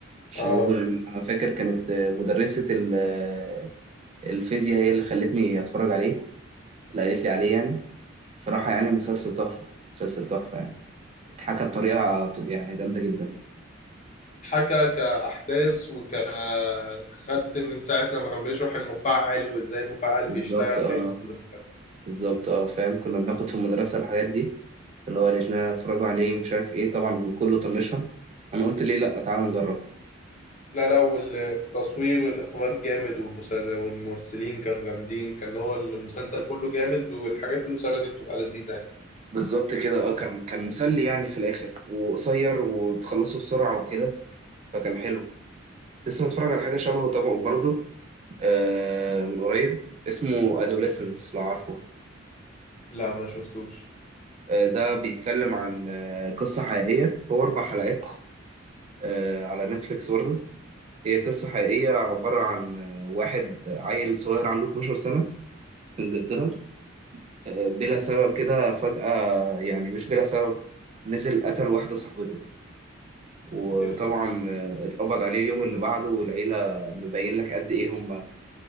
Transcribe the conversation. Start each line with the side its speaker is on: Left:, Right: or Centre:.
Right: تشيرنوبل
Left: اه
Right: انا فاكر كانت آه، مدرسة ال- آه، الفيزياء هي اللي خلتني اتفرج عليه اللي قالت لي عليه يعني صراحة يعني مسلسل تحفة مسلسل تحفة يعني اتحكى بطريقة يعني جامدة جدا
Left: حكى كأحداث وك خدت من ساعة لما كان بيشرح المفاعل وازاي المفاعل
Right: بالظبط
Left: بيشتغل
Right: اه
Left: كان جامد
Right: بالظبط اه فاهم كنا بناخد في المدرسة الحاجات دي اللي هو قالت لنا اتفرجوا عليه مش عارف ايه طبعا كله طنشها انا قلت ليه لا تعالى نجرب
Left: لا لا والتصوير والإخراج جامد والمسل- والممثلين كانوا جامدين كان هو المسلسل كله جامد والحاجات القصيرة دي بتبقى لذيذة يعني
Right: بالظبط كده اه كان كان مسلي يعني في الاخر وقصير وتخلصه بسرعة وكده فكان حلو كنت لسه متفرج على حاجة شبهه طبعا برضه آه، من قريب اسمه أدوليسنس لو عارفه
Left: لا ما شفتوش
Right: آه، ده بيتكلم عن آه، قصة حقيقية هو أربع حلقات آه، على نتفليكس برضه هي قصة حقيقية عبارة عن آه، واحد عيل صغير عنده 12 سنة في إنجلترا آه، بلا سبب كده فجأة يعني مش بلا سبب نزل قتل واحدة صاحبته وطبعا
Left: يا ساتر
Right: آه، اتقبض عليه اليوم اللي بعده والعيلة مبين لك قد إيه هم